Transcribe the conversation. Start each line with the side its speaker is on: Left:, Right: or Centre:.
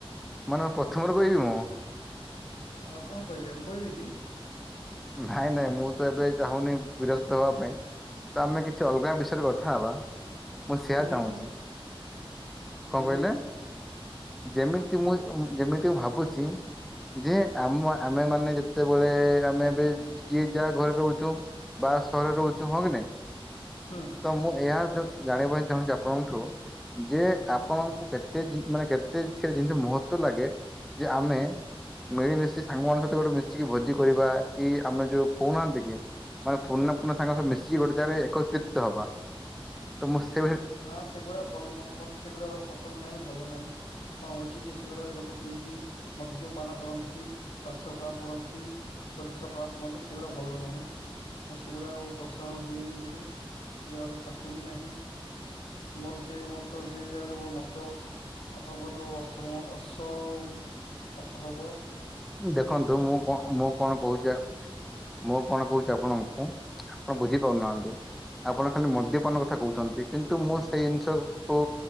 Centre: ମାନେ ପ୍ରଥମରୁ କହିବି ମୁଁ?
Left: ଆଉ କଣ କହିବେ ମୁଁ କହିବି କି?
Centre: ନାଇଁ ନାଇଁ ମୁଁତ ଏବେ ଚାହୁଁନି ବିରକତ ହବା ପାଇଁ। ତ ଆମେ କିଛି ଅଲଗା ବିଷୟରେ କଥା ହବା। ମୁଁ ସେଆ
Left: ହଁ,
Centre: ଚାହୁଁଛି
Left: ଯେମିତି
Centre: କଣ
Left: ଯେମିତି
Centre: କହିଲେ ଯେମିତି ମୁଁ ଯେମିତି ଭାବୁଚି ଯେଆମ ଆମେ ମାନେ ଯେତେବେଳେ ଆମେ ଏ ଯିଏ ଯାହା ଘରେ ରହୁଛୁ ବାସହରରେ ରହୁଛୁ ହଁ କି ନାଇଁ?
Left: ହଁ।
Centre: ତ ମୁଁ ଏହା ଯୋଉ ଜାଣିବା ପାଇଁ ଚାହୁଁଚି ଆପଣଠୁ ଯେ ଆପଣଙ୍କୁ କେତେ ଜି ମାନେ କେତେ ଛେ ଜିନିଷ ମହତଲାଗେ ଯେ ଆମେ ମିଳିମିଶି ସାଙ୍ଗମାନଙ୍କ ସହିତ ଗୋଟେ ମିଶିକି ଭୋଜି କରିବା କିଆମେ ଯୋଉ କହୁନାହାନ୍ତିକି ମାନେ ପୂର୍ଣ୍ଣା ପୁର୍ଣ୍ଣା ସାଙ୍ଗୁ ମିଶିକି ଗୋଟେ ଜାଗାରେ ଏକତ୍ରିତ ହବ ତମୁଁ ସେବି
Left: ନା ସେଗୁଡ଼ା ଭଲ ମତେ ସେଗୁଡ଼ା ପସନ୍ଦ ନାହିଁ ଭଲ ନାହିଁ। କଣ ହଉଚିକି ସେଗୁଡ଼ା ଲୋକ ପିଇକି ମଦ୍ୟପାନ କରନ୍ତି ସ୍ଵାସ୍ଥ୍ୟ ଖରାପ୍ କରନ୍ତି। ଚରିତ୍ର ଖରାପ୍ କରନ୍ତି ସେଗୁଡ଼ା ଭଲ ନୁହେଁ। ମୁଁ ସେଗୁଡ଼ାକ ପ୍ରସଙ୍ଗ ଦିଏନି କେବେ ଯିବାକୁ ଚାହୁଁବି ନାହିଁ। ମୋର ସେଇ ମତ ସେଇ ଜାଗାରେ ମୋର ମତ ଆପଣଙ୍କଠୁ ଅସମ ଅସମତ ହବ।
Centre: ଦେଖନ୍ତୁ
Left: ବୁଝିଲେ।
Centre: ମୁଁ କଣ ମୁଁ କଣ କହୁଚି ମୁଁ କଣ କହୁଚି ଆପଣଙ୍କୁ। ଆପଣ ବୁଝିପାରୁନାହାନ୍ତି। ଆପଣ ଖାଲି ମଦ୍ୟପାନ କଥା କହୁଚନ୍ତି କିନ୍ତୁ ମୁଁ ସେଇ ଜିନିଷ କୁ